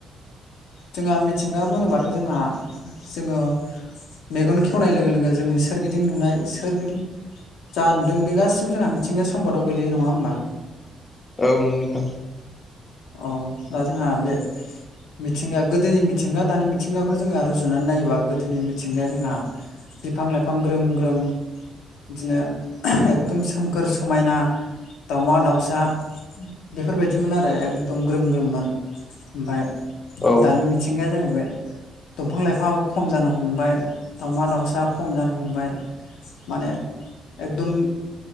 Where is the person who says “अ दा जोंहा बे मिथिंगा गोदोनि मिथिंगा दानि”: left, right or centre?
Left